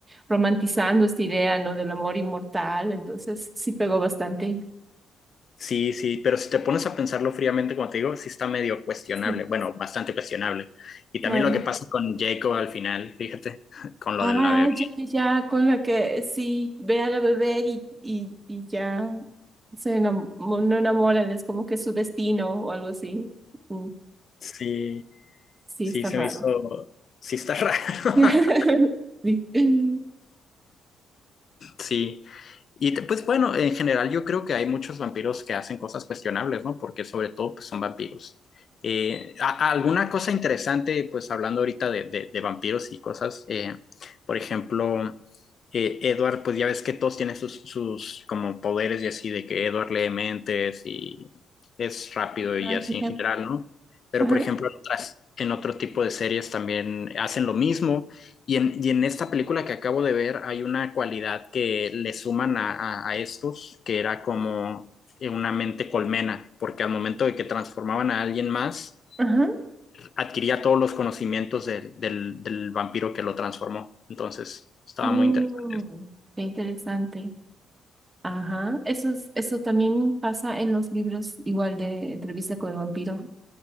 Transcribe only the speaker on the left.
Sí, sí, pero si te pones a pensarlo fríamente, como te digo, sí está medio cuestionable,
bueno, bastante cuestionable. Y también
lo que pasa con Jacob al final, fíjate, <laughs> con lo
de la bebé.
Sí,
sí,
se
me hizo, sí está raro.
<laughs>
Sí. Y te- pues bueno, en general yo creo que hay muchos vampiros que hacen cosas cuestionables, ¿no? Porque sobre todo pues, son vampiros. Eh, a- a- alguna cosa interesante, pues hablando ahorita de, de- de vampiros y cosas, eh, por ejemplo, eh, Edward, pues ya ves que todos tienen sus, sus como poderes y así, de que Edward lee mentes y es rápido y
así
en
general, ¿no? Pero
por ejemplo, en otras, en otro tipo de series también hacen lo mismo y en, y en esta película que acabo de ver hay una cualidad que le suman a, a- a estos, que era como eh, una mente colmena, porque al momento de que transformaban a alguien más,
adquiría todos los conocimientos del, del, del vampiro que lo transformó. Entonces, estaba
muy interesante.